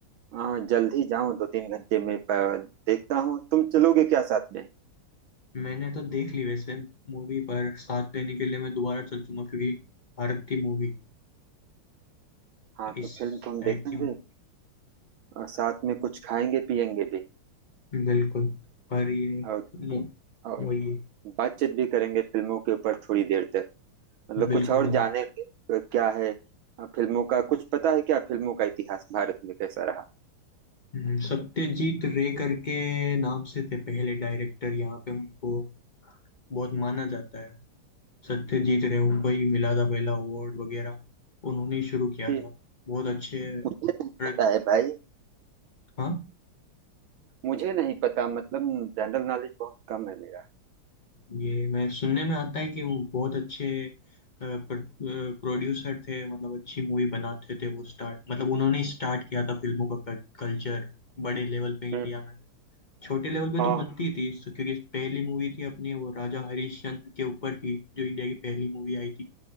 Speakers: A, on the right; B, on the left.
A: आ, जल्द ही जाऊं दो तीन घंटे में प- देखता हूँ तुम चलोगे क्या साथ में
B: मैंने तो देख ली वैसे मूवी पर साथ देने के लिए मैं दोबारा चल चूंगा क्योंकि भारत की मूवी
A: हाँ
B: इस
A: तो फिल्म को हम
B: टाइप
A: देखेंगे
B: की हूँ।
A: और साथ में कुछ खाएंगे पिएंगे भी
B: बिल्कुल पर ये
A: और
B: मु-
A: और
B: वही है,
A: बातचीत भी करेंगे फिल्मों के ऊपर थोड़ी देर तक मतलब
B: बिल्कुल
A: कुछ और
B: बिल्कुल।
A: जानेंगे तो क्या है अ, फिल्मों का कुछ पता है क्या फिल्मों का इतिहास भारत में कैसा रहा
B: हम्म, सत्यजीत रे करके नाम से थे पहले डायरेक्टर यहाँ पे उनको बहुत माना जाता है सत्यजीत रे उनको ही मिला था पहला अवार्ड वगैरह उन्होंने ही शुरू किया
A: जी,
B: था बहुत अच्छे
A: मुझे नहीं
B: प्र-
A: पता है भाई
B: हाँ
A: मुझे नहीं पता मतलब जनरल नॉलेज बहुत कम है मेरा
B: ये मैं सुनने में आता है कि वो बहुत अच्छे प्रोड्यूसर थे मतलब अच्छी मूवी बनाते थे वो स्टार्ट मतलब उन्होंने ही स्टार्ट किया था फिल्मों का कल्चर बड़े लेवल पे इंडिया
A: हम्म
B: में छोटे लेवल पे
A: हाँ
B: तो बनती थी सो- क्योंकि पहली मूवी थी अपनी वो राजा हरिश्चंद्र के ऊपर थी जो इंडिया की पहली मूवी आई थी